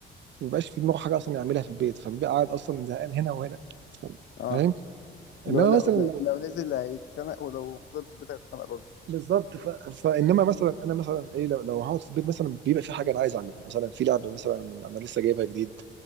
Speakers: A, on the right (about 65°); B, on the left (about 65°).
A: مبيبقاش في دماغه حاجه اصلا يعملها في البيت فبيبقى قاعد اصلا زهقان هنا وهنا ف-
B: اه
A: فاهم انما
B: لو لو
A: مثلا
B: لو,
A: لو
B: لو نزل هيتخنق ولو فضل في البيت هيتخنق برضه
A: بالظبط ف... فانما مثلا انا مثلا ايه لو, لو هقعد في البيت مثلا بيبقى في حاجه انا عايز اعملها مثلا في لعبه مثلا انا لسه جايبها جديد